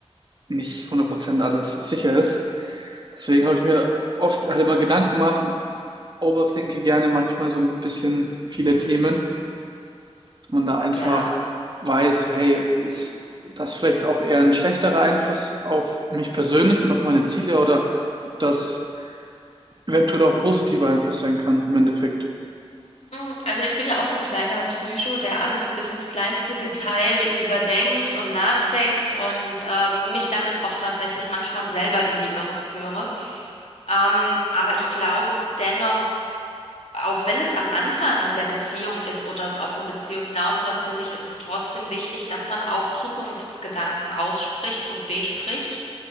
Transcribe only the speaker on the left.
Mhm.
<laughs>
Ja.
Mm, Also ich bin ja auch so ein kleiner Psycho, der alles bis ins kleinste Detail überdenkt und nachdenkt und ähm, mich damit auch tatsächlich manchmal selber in die Irre führe. Ähm, aber ich glaube dennoch, auch wenn es am Anfang der Beziehung ist oder es auf eine Beziehung hinausläuft, finde ich, ist es trotzdem wichtig, dass man auch Zukunftsgedanken ausspricht und bespricht.